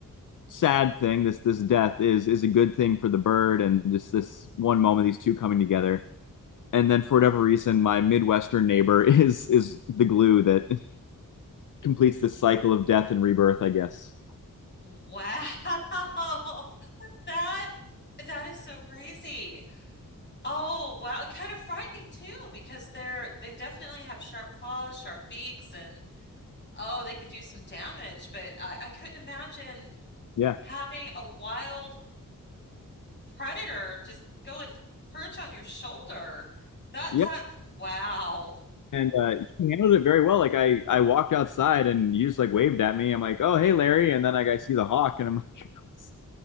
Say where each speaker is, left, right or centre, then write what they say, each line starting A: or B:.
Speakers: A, on the left; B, on the left.
A: sad thing, this this death, is is a good thing for the bird, and just this one moment, these two coming together. And then for whatever reason, my midwestern neighbor <laughs> is is the glue that <laughs> completes this cycle of death and rebirth. I guess.
B: wow. <laughs> That that is so crazy. Oh wow, kind of frightening too because they're they definitely have sharp claws, sharp beaks, and oh, they can do some damage. But I, I couldn't imagine
A: Yeah.
B: having a wild predator just go and perch on your shoulder. That
A: Yeah.
B: that wow.
A: And uh, he handled it very well. Like I, I walked outside and you just like waved at me. I'm like, oh hey Larry, and then like I see the hawk and I'm like, <laughs> what's,